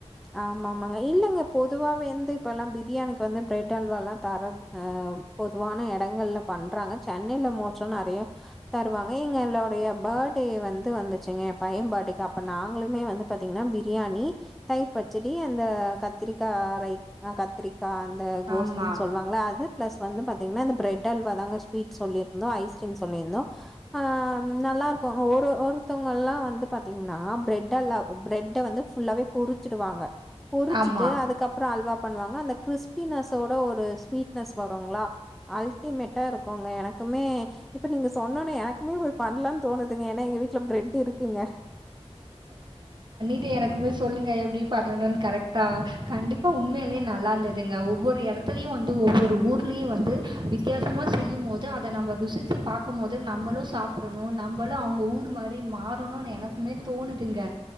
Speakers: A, in the centre; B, on the right.
A: ஆமாமாங்க இல்லங்க பொதுவாவே எந்து இப்பல்லா பிரியாணிக்கு வந்து பிரெட் அல்வாலா தர ஆ பொதுவான எடங்கள்ல பண்றாங்க சென்னைல மோஸ்டா நறைய தருவாங்க எங்களோடைய பர்டே வந்து வந்துச்சுங்க எ பைய பர்டேக்கு அப்ப நாங்களுமே வந்து பாத்தீங்கனா பிரியாணி தயிர் பச்சடி அந்த கத்திரிக்கா ரை‌ ஆ கத்திரி க்கா அந்த கோஸ்துன்
B: ஆமாம்
A: சொல்வாங்கள அது பிளஸ் வந்து பத் தீங்னா இந்த பிரட்அல்வா தாங்க ஸ்வீட் சொல்லிர்ந்தோ ஐஸ்கிரீம் சொல்லிர்ந்தோ ஆ ம் நல்லாருக்கு ஒரு ஒருத்தவ்ங்கல்லா பாத்திங்னா பிரட் அல்லா பிரட்ட வந்து ஃபுல்லாவே பொரு ச்சுடுவாங்க பொருச்சுட்டு
B: ஆமாம்
A: அதுக்கப்ற அல்வா பண்வாங்க அந்த கிரிஸ்பினஸ்ஸோட ஒரு ஸ்வீட்னஸ் வருங்ளா அல்டிமெட்டா இருக்குங்க எனக்குமே இப்ப நீங்க சொன்னோன என க்குமே போய் பண்லான் தோணுதுங்க ஏனா எங்க வீட்ல பிரெட் இருக்குங்க
B: ட்டு எனக்குமே சொல்லுங்க எப்டி பண்ணணுன் கரெக்டா கண்டிப்பா உண்மையாலே நல்லாந்ததுங்க ஒவ்வொரு எடத்துலயு வந்து ஒவ்வொரு ஊர்லயு வந்து வித்யாசமா செய்யும்மோது அத நம்ம ருசிச்சு பாக்கும்மோது நம்மளு சாப் புடனு நம்பளு அவுங்க ஊர் மாரி மாறனுன் எனக்குமே தோணுதுங்க